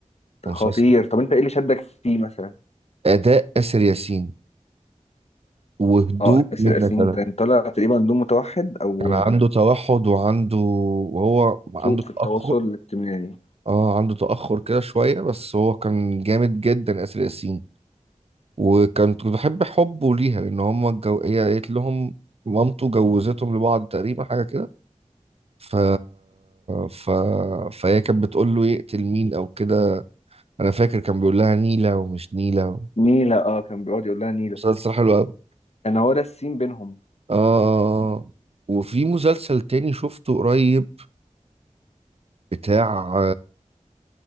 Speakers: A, on the left (about 55°); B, on the right (about 50°).
A: خطير
B: مسلسل
A: طب انت ايه اللي شدك فيه مثلا
B: أداء آسر ياسين وهدوء
A: اه ياسر
B: منة
A: ياسين
B: شلبي
A: كان طالع تقريبا دون متوحد او
B: كان عنده توحد وعنده وهو عنده
A: سوء في التواصل
B: تأخر
A: الاجتماعي
B: اه عنده تأخر كده شوية بس هو كان جامد جدا آسر ياسين وكنت بحب حبه ليها لأن هما الجو... هي قالت لهم مامته جوزتهم لبعض تقريبا حاجة كده ف... ف... فهي كانت بتقول له يقتل مين أو كده أنا فاكر كان بيقول لها نيلة ومش نيلة
A: نيلة اه كان بيقعد يقول لها نيلة
B: مسلسل حلو أوي
A: كان هو ده السين بينهم
B: آه آه، آه. آه. وفي مسلسل تاني شفته قريب بتاع